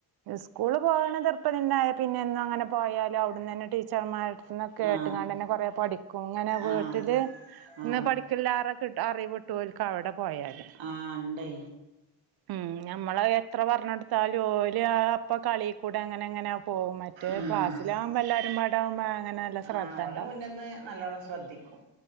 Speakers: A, on the right; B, on the right.
A: സ്കൂള് പോകണ എപ്പതന്നായാലും പിന്നെന്നും അങ്ങനെ പോയാലും അവിടന്ന് തന്നെ ടീച്ചർമാരു ന്നക്കായിട്ട്
B: ആ
A: ഞാൻ തന്നെ പറയ കൊറെ പഠിക്കും ഇങ്ങനെ
B: ആ
A: വീട്ടില്
B: ആ
A: പഠിക്കില്ലാരൊ ട്ട് അറിവിട്ടു ഓൽക്ക് അവിടെ പോയാല്
B: ആ ഇണ്ടേ
A: ഉം ഞമ്മള എത്ര പറഞ്ഞെടുത്താലും ഓ ര് അപ്പ കളി കൂടെ അങ്ങനെ എങ്ങനെ പോകും മറ്റേ
B: ഉം
A: ക്ലാസ്സിലാകുമ്പോ എല്ലാരുമ്പാടെ അങ്ങനെ നല്ല ശ്രദ്ധ
B: ആ ഓലെ
A: ഇണ്ടാവും
B: മുന്നിന്ന് നല്ലോണം ശ്രദ്ധിക്കും.